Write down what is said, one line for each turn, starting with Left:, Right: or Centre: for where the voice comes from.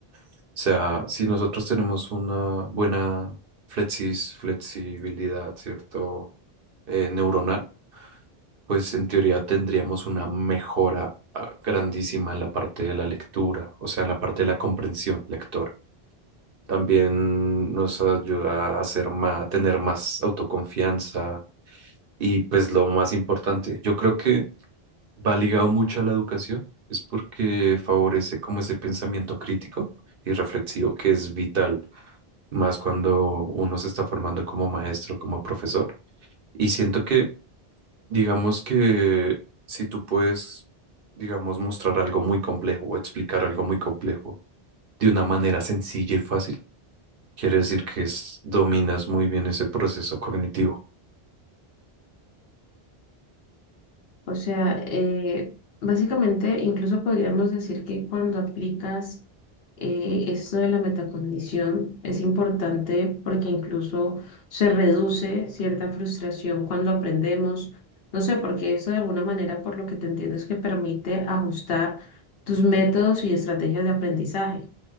Right: O sea, si nosotros tenemos una buena flexis- flexibilidad, ¿cierto? Eh, neuronal, pues en teoría tendríamos una mejora ah, grandísima en la parte de la lectura, o sea, en la parte de la comprensión lectora. También nos ayuda a hacer más, tener más autoconfianza y pues lo más importante, yo creo que va ligado mucho a la educación, es porque favorece como ese pensamiento crítico y reflexivo que es vital, más cuando uno se está formando como maestro, como profesor. Y siento que Digamos que si tú puedes, digamos, mostrar algo muy complejo o explicar algo muy complejo de una manera sencilla y fácil, quiere decir que es- dominas muy bien ese proceso cognitivo.
Left: O sea, eh, básicamente, incluso podríamos decir que cuando aplicas eh, esto de la metacondición es importante porque incluso se reduce cierta frustración cuando aprendemos. No sé, porque eso de alguna manera, por lo que te entiendo, es que permite ajustar tus métodos y estrategias de aprendizaje.